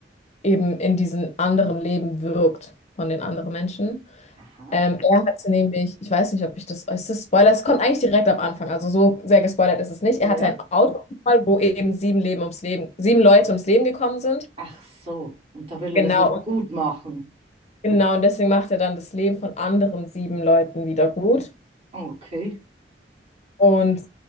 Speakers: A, on the left; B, on the right.
A: eben in diesen anderen Leben wirkt von den anderen Menschen.
B: Aha.
A: Ähm, er hatte nämlich, ich weiß nicht, ob ich das, ist das Spoiler? Es kommt eigentlich direkt am Anfang, also so sehr gespoilert ist es nicht. Er
B: Ja.
A: hatte einen Autounfall, wo eben sieben Leben ums Leben, sieben Leute ums Leben gekommen sind.
B: Ach so. Und da will er
A: Genau,
B: das wieder
A: und-
B: gut machen.
A: genau. Und deswegen macht er dann das Leben von anderen sieben Leuten wieder gut.
B: Okay.
A: Und